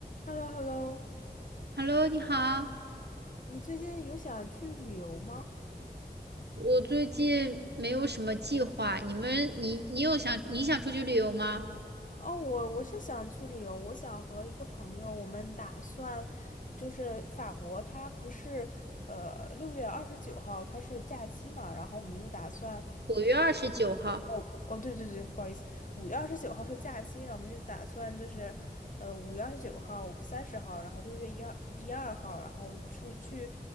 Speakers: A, on the left; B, on the right.
A: h e l l o h e l l o
B: Hello，你好，
A: 你最近有想去旅游吗？
B: 我最近没有什么计划，你们，你你有想你想出去旅游吗？
A: 哦，我我是想去旅游，我想和一个朋友，我们打算就是法国，它不是呃六月二十九号它是假期嘛，然后我们就打算
B: 五月二十九号
A: 哦哦对对对，不好意思，五月二十九号是假期，然后我们就打算就是呃五月二十九号、三十号，然后六月一二一二号，然后出去